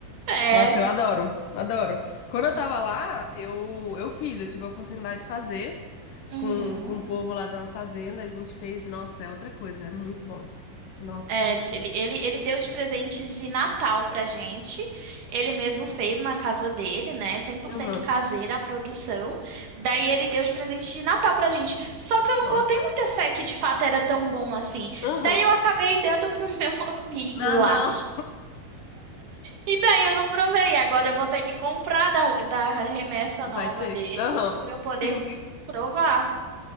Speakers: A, on the right (about 60°); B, on the left (about 80°).
A: É.
B: Nossa, eu adoro, adoro. Quando eu tava lá, eu, eu fiz, eu tive a oportunidade de fazer.
A: uhum.
B: com, com o povo lá da fazenda, a gente fez, e, nossa, é outra coisa, é muito bom. Nossa,
A: É,
B: muito
A: ele,
B: bom.
A: ele, ele deu de presente de Natal pra gente. Ele mesmo fez na casa dele, né? Cem por cento
B: Aham,
A: caseira a produção. Daí ele deu de presente de Natal pra gente. Só que eu não
B: nossa.
A: botei muita fé que de fato era tão bom assim.
B: Aham.
A: Daí eu acabei dando pro <laughs> meu amigo
B: Ah,
A: lá.
B: não,
A: E daí eu não provei. Agora eu vou ter que comprar da, da remessa
B: vai
A: nova
B: ter.
A: dele
B: Aham,
A: pra eu poder
B: sim.
A: provar.